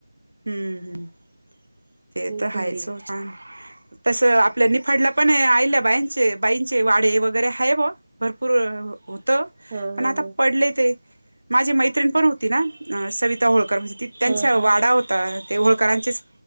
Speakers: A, on the right; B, on the right.
A: हम्म हम्म, ते
B: खूप
A: तर आहेच
B: भारी आहे.
A: हो छान. तसं आपल्या निफाडला पण, आईल्याबाईंचे बाईंचे वाडे वगैरे आहे बॉ. भरपूर होतं.
B: हां,
A: पण
B: हां,
A: आता
B: हां.
A: पडले ते, माझी मैत्रिण पण होती ना सविता होळकर ती त्यांचा
B: हां,
A: वाडा
B: हां.
A: होता, ते होळकरांचेच